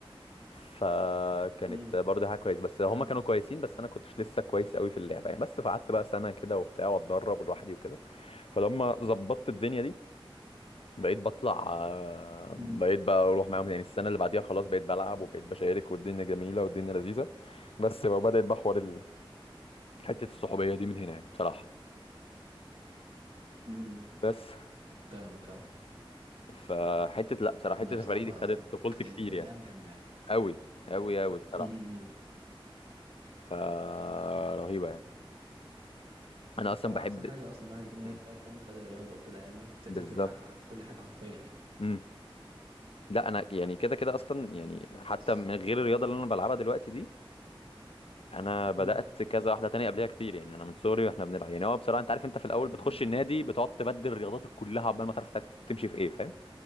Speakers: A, on the left (about 80°); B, on the right (about 75°).
A: فكانت
B: امم
A: برضه حاجه كويس بس هم
B: فاهم
A: كانوا كويسين بس انا كنتش لسه كويس قوي في اللعبه يعني بس فقعدت بقى سنه كده وبتاع واتدرب لوحدي وكده فلما ظبطت الدنيا دي بقيت بطلع آه،
B: امم
A: بقيت بقى اروح معاهم يعني السنه اللي بعديها خلاص بقيت بلعب وبقيت بشارك والدنيا جميله والدنيا لذيذه بس <laughs> بقى بدات بقى حوار ال- حته الصحوبيه دي من هنا يعني بصراحه
B: امم
A: بس
B: فاهمك اه
A: فحته لا بصراحه
B: ما
A: حته الفريق
B: بصراحه
A: دي خدت طفولتي
B: كانت
A: كتير
B: كانت
A: يعني
B: ايام جامده يعني
A: قوي قوي قوي بصراحه
B: امم
A: فرهيبه يعني انا اصلا
B: هو
A: بحب
B: احسن حاجه اصلا الواحد يكون وهو
A: مم.
B: صغير فاهم بدا رياضه وكده يعني
A: بالظبط
B: بتفرق معاه ح- في كل حاجه حرفيا يعني
A: امم لا انا يعني كده كده اصلا يعني حتى
B: بس
A: من غير الرياضه اللي انا بلعبها دلوقتي دي انا بدات
B: امم
A: كذا واحده تانية قبلها كتير يعني انا من صغري واحنا بنلعب يعني هو بصراحه انت عارف انت في الاول
B: ده
A: بتخش
B: بجد
A: النادي
B: والله
A: بتقعد تبدل رياضاتك كلها عقبال ما تعرف تعرف تمشي في ايه فاهم